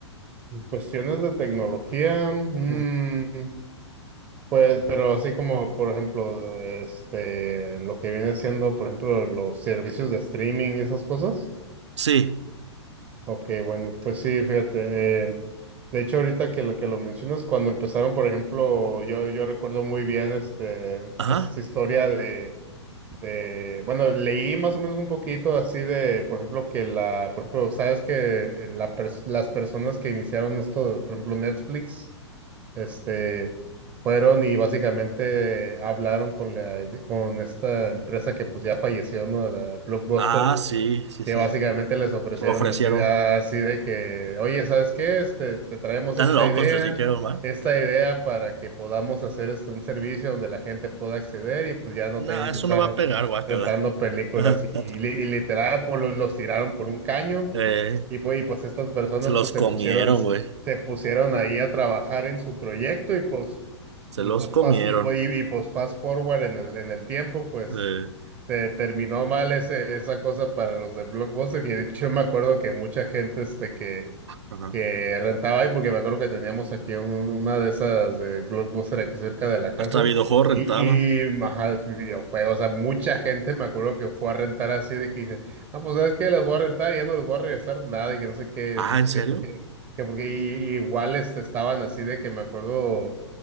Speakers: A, on the right; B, on the right.
A: En Cuestiones de tecnología. mm,
B: Ujú.
A: Pues, pero así como, por ejemplo, este, lo que viene siendo, por ejemplo, los servicios de streaming y esas cosas.
B: Sí,
A: Ok, bueno, pues sí, fíjate. eh, de hecho, ahorita que lo que lo mencionas, cuando empezaron, por ejemplo, yo, yo recuerdo muy bien este,
B: ajá.
A: esta historia de, de, bueno, leí más o menos un poquito así de, por ejemplo, que la, por ejemplo, sabes que eh, la pers- las personas que iniciaron esto, por ejemplo, Netflix. Este, fueron y básicamente hablaron con la, con esta empresa que pues ya falleció, ¿no? La Blockbuster
B: Ah, sí, sí,
A: que
B: sí.
A: básicamente les ofrecieron
B: Lo ofrecieron.
A: así de, ah, así de que, oye, ¿sabes qué? Este, te traemos esta
B: Tan locos
A: idea,
B: les dijeron, ¿va?
A: esta idea para que podamos hacer este un servicio donde la gente pueda acceder y pues ya no
B: No,
A: tengan
B: eso
A: que estar
B: no va a pegar, guácala.
A: rentando películas
B: <laughs>
A: y, y li- y literal pues, los, los tiraron por un caño
B: Eh,
A: y pues, y pues estas personas
B: se los
A: pues se
B: comieron,
A: pusieron se
B: güey.
A: pusieron ahí a trabajar en su proyecto y pues
B: Se
A: y
B: los
A: pues
B: comieron.
A: fast, y, pues- y, y, pues fast forward en el, en el tiempo, pues
B: Eh,
A: te terminó mal ese, esa cosa para los de Blockbuster. Y de hecho me acuerdo que mucha gente este, que,
B: ajá.
A: que rentaba ahí, porque me acuerdo que teníamos aquí un- un- una de esas de Blockbuster aquí cerca de la
B: Hasta
A: casa.
B: videojuegos rentaba.
A: Y, y ajá, videojuegos, o sea, mucha gente me acuerdo que fue a rentar así de que dice, ah, pues sabes que les voy a rentar y ya no les voy a regresar nada y que no sé qué,
B: Ah, ¿en serio?
A: que porque, que porque y- y igual este, estaban así de que me acuerdo